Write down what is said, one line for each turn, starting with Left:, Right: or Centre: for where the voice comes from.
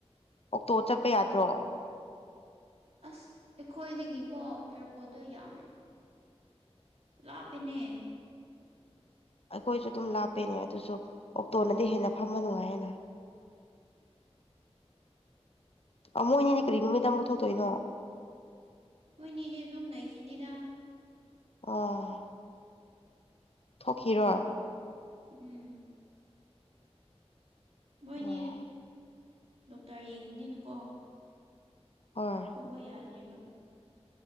Left: ꯑꯣꯛꯇꯣ ꯆꯥꯠꯄ ꯌꯥꯗ꯭ꯔꯣ
Right: ꯑꯁ ꯑꯩꯈꯣꯏꯗꯒꯤꯀꯣ ꯑꯦꯌꯥꯔꯄꯣꯠꯇꯣ ꯌꯥꯝ ꯂꯥꯞꯄꯤꯅꯦ
Left: ꯑꯈꯣꯏꯁꯨ ꯑꯗꯨꯝ ꯂꯥꯞꯄꯦꯅꯦ ꯑꯗꯨꯁꯨ ꯑꯣꯛꯇꯣꯅꯗꯤ ꯍꯦꯟꯅ ꯐꯥꯝꯕ ꯅꯨꯡꯉꯥꯏꯌꯦꯅ ꯑꯥ ꯃꯣꯏꯅꯤꯗꯤ ꯀꯔꯤ ꯅꯨꯃꯤꯠꯇ ꯑꯃꯨꯛ ꯊꯣꯛꯇꯣꯏꯅꯣ
Right: ꯃꯣꯏꯅꯤꯗꯤ ꯑꯗꯨꯝ ꯂꯩꯈꯤꯅꯤꯗꯥ
Left: ꯑꯣ ꯊꯣꯛꯈꯤꯔꯣꯏ
Right: ꯎꯝ ꯃꯣꯏꯅꯤ
Left: ꯑꯣ
Right: ꯗꯣꯛꯇꯔ ꯌꯦꯡꯕꯅꯤꯅꯀꯣ
Left: ꯍꯣꯏ
Right: ꯊꯣꯛꯕ ꯌꯥꯗ꯭ꯔꯤꯕ